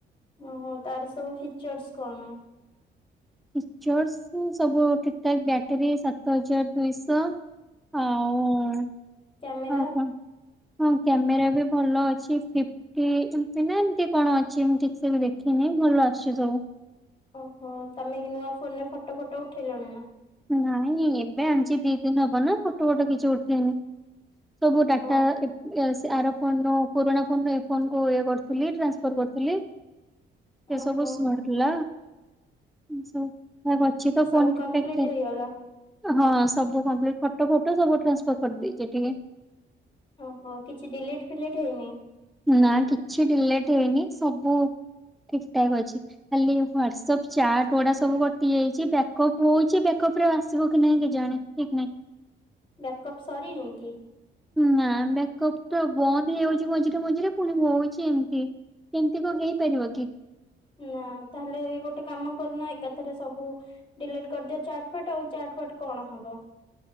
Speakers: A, on the left (about 25°); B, in the centre.
A: ଉ ତାର ସବୁ ଫିଚର୍ସ କଣ?
B: ଫିଚର୍ସ ସବୁ ଠିକଠାକ୍ ବ୍ୟାଟେରୀ ସାତ ହଜାର ଦୁଇଶହ ଆଉ-ଉ-ଉ
A: କ୍ୟାମେରା?
B: ଆଉ କଣ? ହଁ କ୍ୟାମେରା ବି ଭଲ ଅଛି। ଫି କି ଏମତି ନା, ଏମିତି କଣ ଅଛି? ମୁଁ ଠିକ୍ ସେ ବି ଦେଖିନି, ଭଲ ଅଛି ସବୁ।
A: ଓହୋ, ତମେ କି ନୂଆ ଫୋନ୍‌ରେ ଫଟୋ-ଫଟୋ ଉଠେଇଲଣି ନା?
B: ନାଇଁ ଏବେ ଆଣିଛି ଦି ଦିନ ହବ ନା ଫଟୋ ଫଟୋ କିଛି ଉଠେଇନି। ସବୁ ଡାଟା
A: ଓହୋ
B: ଏ ସେ ଆର ଫୋନ ରୁ ପୁରୁଣା ଫୋନ କୁ ଇଏ କରିଥିଲି, ଟ୍ରାନ୍ସଫର କରିଥିଲି। ସେ
A: ଓହୋ
B: ସବୁ ସରିଲା ସବୁ ଠିକଠାକ୍ ଅଛି ତ
A: ସବୁ
B: <unintelligible>
A: କମ୍ପ୍ଲିଟ ହେଇଗଲା
B: ହଁ ସବୁ କଂପ୍ଲିଟ୍। ଫଟୋ ଫଟୋ ସବୁ ଟ୍ରାନ୍ସଫର୍ କରିଦେଇଛି ଏଠିକି।
A: ଓହୋ କିଛି ଡିଲିଟ୍ ଫିଲିଟ୍ ହେଇନି।
B: ନା କିଛି ଡିଲିଟ ହେଇନି ସବୁ ଠିକଠାକ୍ ଅଛି। ଖାଲି ହ୍ଵାଟସଆପ ଚାଟ୍ ଗୁଡ଼ା ସବୁ କଟିଯାଇଛି। ବ୍ୟାକପ୍ ହଉଛି ବେକପରେ ଆସିବକି ନାହିଁ କେଜାଣି। ଠିକ୍ ନାଇଁ।
A: ବ୍ୟାକ୍ଅପ୍ ସରିନି କି?
B: ନା ମେକପ ତ ବନ୍ଦ ହେଇଯାଉଛି ମଝିରେ ମଝିରେ ପୁଣି ହଉଛି ଏମତି। ଏମିତି କ ହେଇପାରିବ କି?
A: ନା ତାହାଲେ ଗୋଟେ କାମ କରୁନ ଏକାଥରେ ସବୁ ଡିଲିଟ୍ କରିଦିଅ ଚାଟ୍ ଫାଟ ଆଉ ଚାଟ୍ ଫାଟ କଣ ହବ।